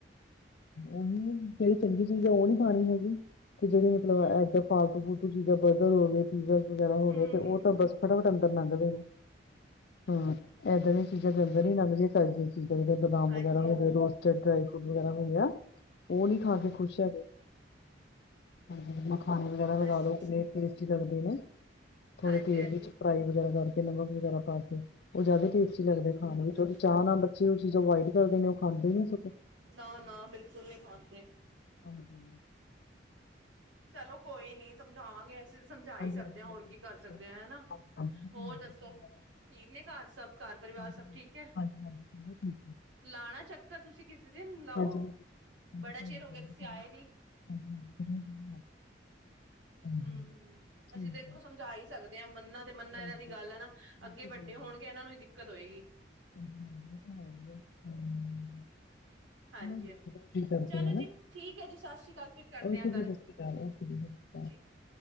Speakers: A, on the left; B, on the right.
A: ਉਹੀ ਜਿਹੜੀ ਚੰਗੀ ਚੀਜ਼ ਆ ਉਹ ਨੀ ਖਾਣੀ ਹੈਗੀ। ਤੇ ਜਿਹੜੇ ਮਤਲਬ
B: ਹਮ
A: ਏਦਾਂ ਫਾਲਤੂ ਫੂਲਤੂ ਚੀਜ਼ਾਂ ਬਰਗਰ ਹੋਗੇ ਪੀਜ਼ਾ ਵਗੈਰਾ ਹੋ
B: ਹਮ
A: ਗਏ ਤੇ ਉਹ
B: ਹਮ
A: ਤਾਂ ਬਸ ਫਟਾਫਟ ਅੰਦਰ ਨੰਗ ਦੇਨੇ ਹਾਂ ਏਦਾਂ ਦੀਆਂ ਚੀਜ਼ਾਂ ਅੰਦਰ ਨੀ ਲੰਘ ਦਿਆਂ ਚਜ ਦੀਆਂ ਚੀਜ਼ਾਂ ਜਿਹੜੇ ਬਦਾਮ
B: ਹਾਂਜੀ
A: ਵਗੈਰਾ ਹੋਗੇ
B: ਹਾਂਜੀ
A: ਰੋਸਟਡ ਡਰਾਈ ਫਰੂਟ ਵਗੈਰਾ ਹੋ ਗਿਆ ਉਹ ਨੀ ਖਾ ਕੇ ਖੁਸ਼ ਹੈਗੇ ਹਾਂਜੀ ਮਖਾਣੇ ਵਗੈਰਾ ਲਗਾ
B: ਹਾਂਜੀ
A: ਲੋ ਕਿੰਨੇ ਟਸਟੀ ਲੱਗਦੇ ਨੇ ਥੋੜੇ
B: ਹਾਂਜੀ
A: ਤੇਲ
B: ਹਾਂਜੀ
A: ਵਿੱਚ ਫਰਾਈ ਵਗੈਰਾ ਕਰਕੇ ਨਮਕ ਵਗੈਰਾ ਪਾ ਕੇ ਉਹ ਜ਼ਿਆਦਾ ਟੇਸਟੀ
B: ਬਿਲਕੁਲ
A: ਲੱਗਦੇ ਖਾਣ
B: ਬਿਲਕੁਲ
A: ਵਿੱਚ ਉਹ ਚਾਹ ਨਾਲ ਉਹ ਚੀਜ਼ ਅਵਾਇਡ ਕਰਦੇ ਨੇ ਉਹ ਖਾਂਦੇ ਨੀ ਸਕ
B: ਨਾ ਨਾ ਬਿਲਕੁਲ ਨਹੀਂ ਖਾਂਦੇ
A: ਹਾਂਜੀ
B: ਚਲੋ ਕੋਈ ਨੀ ਸਮਝਾਵਾਂਗੇ ਅਸੀਂ ਸਮਝਾ ਹੀ ਸਕਦੇ
A: ਹਾਂਜੀ
B: ਹਾਂ
A: ਬਿਲਕੁਲ
B: ਹੋਰ ਕੀ
A: ਬਿਲਕੁਲ
B: ਕਰ ਸਕਦੇ
A: ਸਹੀ ਗੱਲ
B: ਹ ਹਨਾ
A: ਹੈ। ਹਾਂਜੀ ਇਹ ਤਾਂ
B: ਹੋਰ
A: ਹੈ ਹੀ
B: ਦੱਸੋ
A: ਹੁੰਦਾ ਹੈ।
B: ਠੀਕ ਨੇ ਘਰ ਸਭ ਘਰ ਪਰਿਵਾਰ
A: ਹਾਂਜੀ
B: ਸਭ
A: ਹਾਂਜੀ,
B: ਠੀਕ ਹੈ
A: ਹਾਂਜੀ, ਹਾਂਜੀ, ਚਲੋ ਠੀਕ
B: ਲਾਣਾ ਚੱਕਰ ਤੁਸੀਂ ਕਿਸੇ ਦਿਨ
A: ਹੈ।
B: ਲਾਓ
A: ਹਾਂਜੀ ਹਾਂਜੀ ਹਾਂਜੀ
B: ਬੜਾ
A: ਕੋਈ
B: ਚਿਰ
A: ਨੀ
B: ਹੋ
A: ਕੋਈ
B: ਗਿਆ।
A: ਨੀ
B: ਤੁਸੀਂ
A: ਜ਼ਰੂਰ।
B: ਆਏ ਨੀ
A: <unintelligible> ਹਾਂਜੀ
B: ਹਮ, ਹਮ
A: ਠੀਕ
B: ਅਸੀਂ ਦੇਖੋ
A: ਹੈ।
B: ਸਮਝਾ ਹੀ ਸਕਦੇ ਹਾਂ ਮੰਨਾ ਤੇ ਮੰਨਾ
A: ਬਸ
B: ਇਹਨਾਂ ਦੀ
A: ਬਿਲਕੁਲ
B: ਗੱਲ ਹੈ ਨਾ, ਅੱਗੇ
A: ਸਹੀ
B: ਵੱਡੇ
A: ਗੱਲ
B: ਹੋਣਗੇ
A: ਹੈ।
B: ਇਹਨਾਂ ਨੂੰ ਹੀ ਦਿੱਕਤ ਹੋਏਗੀ।
A: ਹਾਂਜੀ, ਹਾਂਜੀ ਇਹ ਤਾਂ ਹੈ ਹੀ ਆ ਹਮ
B: ਹਾਂਜੀ
A: ਚਲੋ ਵੇਖਦੇ
B: ਹਾਂਜੀ
A: ਆਂ ਕੀ ਕਰਦੇ
B: ਚਲੋ
A: ਆ ਹਨਾ,
B: ਜੀ ਠੀਕ ਹੈ ਜੀ ਸਤਿ ਸ੍ਰੀ ਅਕਾਲ ਫਿਰ ਕਰਦੇ
A: ਓਕੇ
B: ਹਾਂ ਗੱਲ
A: ਜੀ ਸਤਿ ਸ਼੍ਰੀ ਅਕਾਲ।
B: ਠੀਕ ਹੈ।